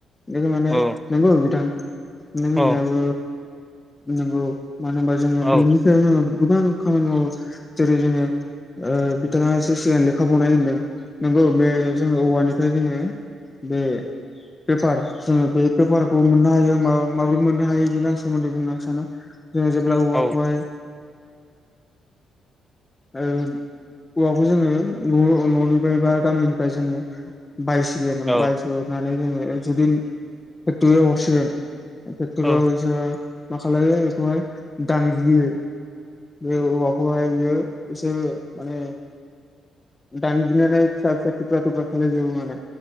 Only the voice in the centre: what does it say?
औ
औ
औ
औ
औ
औ